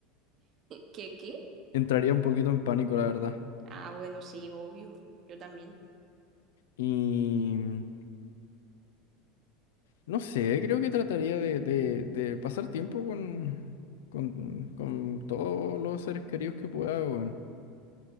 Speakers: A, on the right (about 45°); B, on the left (about 70°).
A: ¿Qué, qué?
B: Entraría un poquito en pánico, la verdad.
A: Ah, bueno, sí, obvio. Yo también.
B: Y No sé, creo que trataría de, de- de pasar tiempo con, con, con todos los seres queridos que pueda, weón.